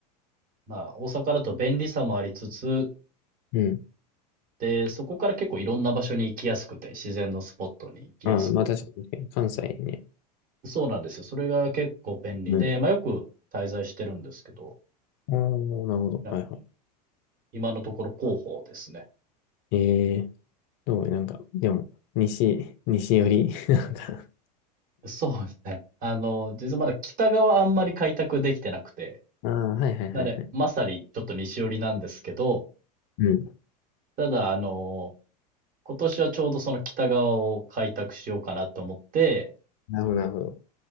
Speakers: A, on the right (about 40°); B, on the left (about 50°).
A: まあ、大阪だと便利さもありつつ、
B: うん、うん。
A: で、そこから結構いろんな場所に行きやすくて、自然のスポットに行きやす
B: ああまあ確かに、確かに関西ね。
A: く。そうなんですよ。それが結構便利で、
B: うん。
A: まあよく滞在してるんですけど、
B: ああ、なるほど。
A: なん
B: はいは
A: 今のところ広報ですね。
B: い。ええどうなんか、でも、西、西寄り <laughs> なんか、
A: そうですね。あの、実はまだ北側あんまり開拓できてなくて、
B: ああ、はいはいはいはい。
A: なので、まさにちょっと西寄りなんですけど、
B: うん。
A: ただ、あの、今年はちょうどその北側を開拓しようかなと思って、
B: なるほど、なるほど。